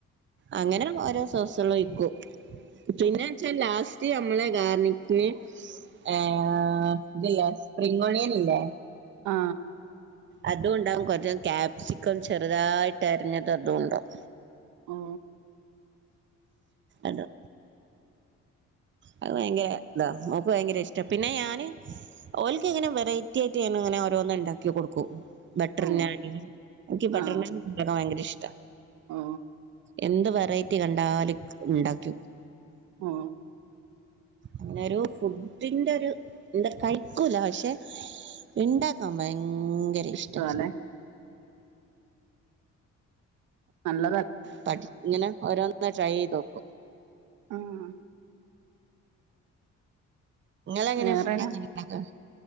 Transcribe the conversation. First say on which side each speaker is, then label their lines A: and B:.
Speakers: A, on the right; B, on the right.
A: അങ്ങനെ ഓരോ സോസെളോയ്ക്കും പിന്നെ
B: ഓ
A: വെച്ച ലാ സ്റ്റ് നമ്മളെ ഗാർണിക്ക്ന് ഏ ഇത്‌ലേസ്പ്രിംഗ് ഒണിയന് ഇല്ലേ
B: ആ
A: അതും ഉണ്ടാവും കുറച്ച് കാപ്സിക്കം ചെറ്തായിട്ട് അരിഞ്ഞത് അതും ഉണ്ടാവും
B: ഓ
A: അല്ല അത് ഭയങ്കര ഇതാ മോക്ക് ഭയങ്കര ഇഷ്ട്ടാ പിന്നെ ഞാന് ഓൽക്ക് ഇങ്ങനെ വെറൈറ്റി ആയിട്ട് ഇങ്ങനെ ഓരോന്ന് ഇണ്ടാക്കി കൊട്ക്കൂ ബട്ടർ
B: ഓ
A: ഞാന് ൻക്ക് ബട്ടർ
B: ആ
A: ഞാനി ഭയങ്കര ഇഷ്ട്ടാ
B: ഓ
A: എന്ത് വെറൈറ്റി കണ്ടാലും ക്ക് ഇണ്ടാക്കി ഓക്കും
B: ഓ
A: അങ്ങനൊരു ഫുഡിന്റെ ഒരു എന്താ കയ്ക്കൂല പക്ഷെ ഇണ്ടാക്കാൻ ഭയങ്കര
B: ഇഷ്ടല്ലേ
A: ഇഷ്ട്ടാ
B: നല്ലതല്ല
A: പഠി ഇങ്ങനെ ഓരോന്ന് ട്രൈ ചെയ്തോക്കും
B: ആഹ
A: ഇങ്ങളെങ്ങനെ
B: വേറെന്നാ
A: ഫുഡ്ക്കെ എങ്ങനെ ഇണ്ടാക്ക